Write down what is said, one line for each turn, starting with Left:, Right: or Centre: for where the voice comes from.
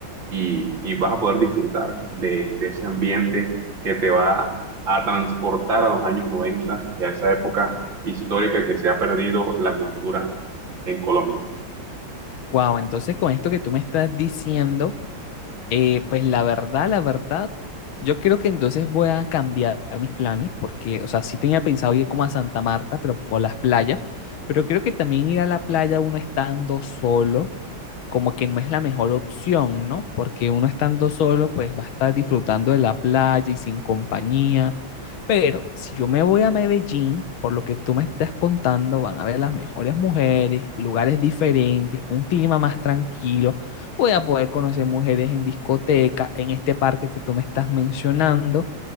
Right: y, y vas a poder disfrutar de, de ese ambiente que te va a transportar a los años 90 y a esa época histórica que se ha perdido la cultura en Colombia.
Left: wow. Entonces, con esto que tú me estás diciendo, Eh, pues la verdad, la verdad, yo creo que entonces voy a cambiar mis planes porque, o sea, sí tenía pensado ir como a Santa Marta, pero por las playas, pero creo que también ir a la playa uno estando solo, como que no es la mejor opción, ¿no? Porque uno estando solo, pues va a estar disfrutando de la playa y sin compañía, pero si yo me voy a Medellín, por lo que tú me estás contando, van a ver las mejores mujeres, lugares diferentes, un clima más tranquilo voy a poder conocer mujeres en discoteca, en este parque que tú me estás mencionando.